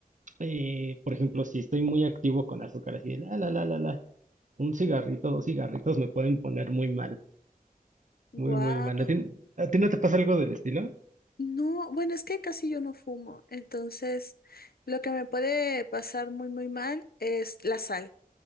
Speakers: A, on the right; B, on the left.
A: eh, por ejemplo, si estoy muy activo con azúcar, así de la, la, la, la, la, un cigarrito, dos cigarritos me pueden poner muy mal.
B: Wow.
A: Muy, muy mal. ¿A ti, a ti no te pasa algo del estilo?
B: No, bueno, es que casi yo no fumo, entonces lo que me puede pasar muy, muy mal es la sal.